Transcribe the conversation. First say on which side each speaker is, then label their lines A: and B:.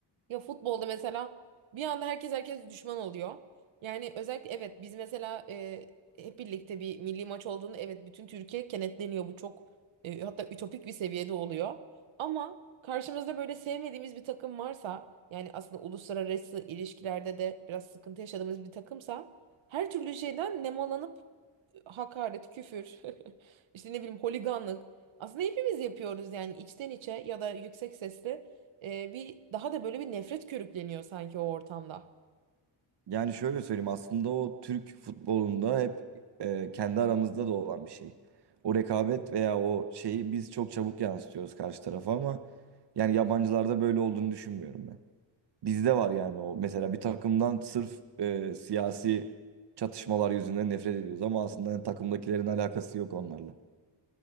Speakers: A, on the right; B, on the right.
A: Ya futbolda mesela bir anda herkes herkes düşman oluyor. Yani özellikle evet biz mesela e, hep birlikte bir milli maç olduğunda evet bütün Türkiye kenetleniyor. Bu çok e, hatta ütopik bir seviyede oluyor. Ama karşımızda böyle sevmediğimiz bir takım varsa yani aslında uluslararası ilişkilerde de biraz sıkıntı yaşadığımız bir takımsa her türlü şeyden nemalanıp hakaret, küfür, <laughs> işte ne bileyim holiganlık. Aslında hepimiz yapıyoruz yani içten içe ya da yüksek sesle e, bir daha da böyle bir nefret körükleniyor sanki o ortamda.
B: Yani şöyle söyleyeyim aslında o Türk futbolunda hep e, kendi aramızda da olan bir şey. O rekabet veya o şeyi biz çok çabuk yansıtıyoruz karşı tarafa ama yani yabancılarda böyle olduğunu düşünmüyorum ben. Bizde var yani o mesela bir takımdan sırf e, siyasi çatışmalar yüzünden nefret ediyoruz ama aslında takımdakilerin alakası yok onlarla.